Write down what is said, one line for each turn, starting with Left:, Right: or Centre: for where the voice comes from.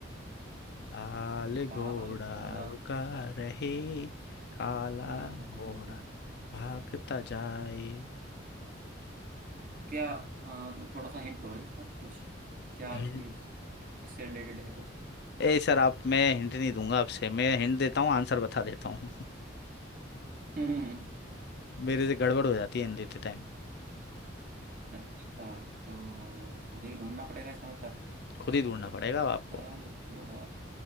Left: लाल घोड़ा
Right: लाल घोड़ा
Left: रुका रहे काला
Right: लाल घोड़ा
Left: घोड़ा
Right: उभा है
Left: भागता जाए
Right: क्या अ, मतलब थोड़ा सा हिंट दो भाई इसका कुछ क्या
Left: हिंट
Right: चीज किससे रिलेटेड है कुछ
Left: ए सर आप मैं हिंट नहीं दूंगा आपसे मैं हिंट देता हूँ आंसर बता देता हूँ
Right: <laughs> हम्म,
Left: <laughs> मेरे से गड़बड़ हो जाती है हिंट देते टाइम
Right: अच्छा तो खुद ही ढूंढना पड़ेगा इसका मतलब
Left: खुद ही ढूंढना पड़ेगा अब आपको
Right: लाल घोड़ा